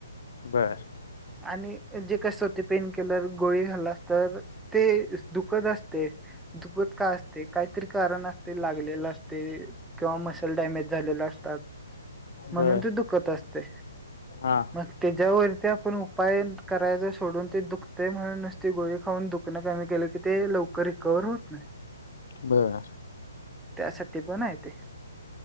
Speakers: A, on the left; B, in the centre.
A: बर
B: आणि जे कस होतय पेन किलर गोळी खाल्लास तर ते स दुकत असतय दुकत का असतय काईतरी कारण असतय लागलेलं असतय किंवा मसल डायमेज झालेला असतात म्हणून
A: बर
B: ते दुकत असतय
A: हा
B: मग तेज्यावरती आपण उपाय त करायच सोडून ते दुकतय म्हणून नुसती गोळी खाऊन दुकणे कमी केलं की ते लवकर रिक वर होत नाई
A: बर
B: त्यासाठी पण हाय ते